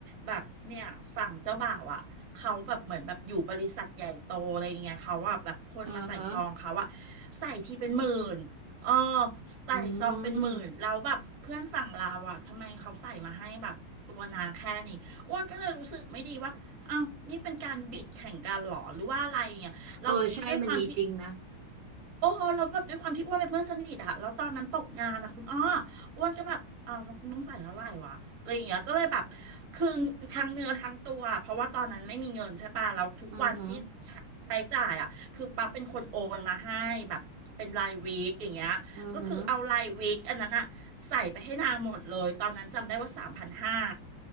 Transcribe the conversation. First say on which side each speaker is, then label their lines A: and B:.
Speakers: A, on the right (about 55°); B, on the right (about 70°).
A: แบบเนี่ยฝั่งเจ้าบ่าวอ่ะเขาแบบเหมือนแบบอยู่บริษัทใหญ่โตอะไรเงี้ยเขาว่าแบบคนมาใส่ซองเขาอะ
B: อือฮะ
A: ใส่ทีเป็นหมื่น เออใส่ซองเป็นหมื่นแล้วแบบเพื่อนฝั่งเราอ่ะทำไมเขาใส่มาให้แบบตัวนาแค่นี้อ้วนก็เลยรู้สึกไม่ดีว่าอ้าวนี่เป็นการบิดแข่งกันเหรอหรือว่าอะไรอย่างเงี้ยแล้วด้วยความที่
B: อืมเออใช่มันมีจริงนะ
A: โอ้เราแล้วแบบด้วยความที่อ้วนเป็นเพื่อนสนิทอะแล้วตอนนั้นตกงานอะคุณอ้ออ้วนก็แบบอ้าวเราคุณต้องใส่เท่าไหร่วะอะไรอย่างเงี้ยก็เลยแบบคือทั้งเนื้อทั้งตัวเพราะว่าตอนนั้นไม่มีเงินใช่ปะแล้วทุกวันที่ใช้ใช้จ่ายอะคือปั๊บเป็นคนโอนมาให้แบบเป็นรายวีคอย่างเงี้ยก็คือเอารายวีคอันนั้นอะใส่ไปให้นางหมดเลยตอนนั้นจำได้ว่าสามพันห้า
B: อือฮึอือฮึ